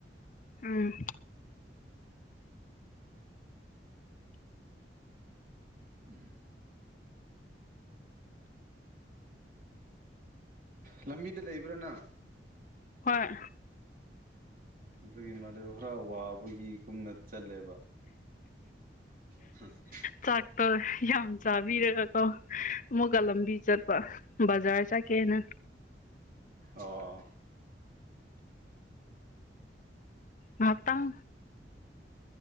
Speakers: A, on the left (about 45°); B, on the right (about 50°).
A: ꯎꯝ
B: ꯎꯝ ꯂꯝꯕꯤꯗ ꯂꯩꯕ꯭ꯔꯥ ꯅꯪ
A: ꯍꯣꯏ
B: ꯑꯗꯨꯒꯤ ꯃꯥꯂꯦꯝ ꯈꯔ ꯋꯥꯕꯒꯤꯒꯨꯝꯅ ꯆꯜꯂꯦꯕ <inaudible>
A: ꯆꯥꯛꯇꯣ ꯌꯥꯝ ꯆꯥꯕꯤꯔꯒꯀꯣ ꯑꯃꯨꯛꯀ ꯂꯝꯕꯤ ꯆꯠꯄ ꯕꯖꯥꯔ ꯆꯠꯀꯦꯅ
B: ꯑꯣ
A: ꯃꯥꯠꯇꯥꯡ